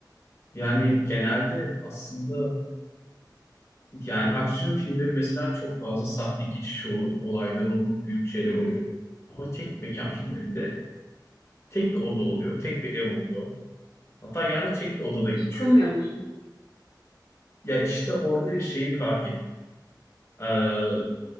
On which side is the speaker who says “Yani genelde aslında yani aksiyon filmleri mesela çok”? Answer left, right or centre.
Left